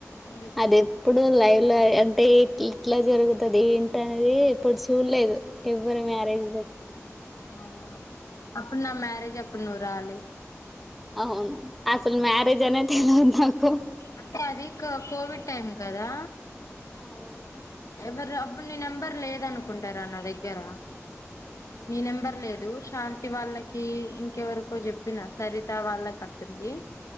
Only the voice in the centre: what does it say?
అదేప్పుడు లైవ్ ఇట్లా అంటే ఇ ఇట్లా జరుగుతది ఏంటి అనేది ఇప్పుడు చూడలేదు ఎవ్వరు మ్యరేజ్
అవును అసలు మ్యారేజ అనే తెల్వదు
అవును
ఆహా